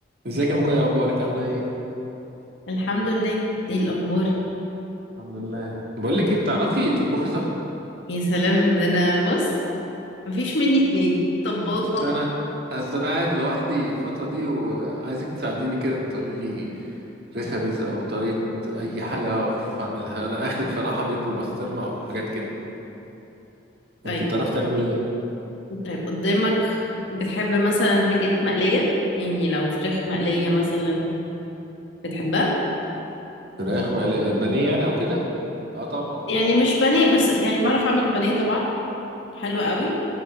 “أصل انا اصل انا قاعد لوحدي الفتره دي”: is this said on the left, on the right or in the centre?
Right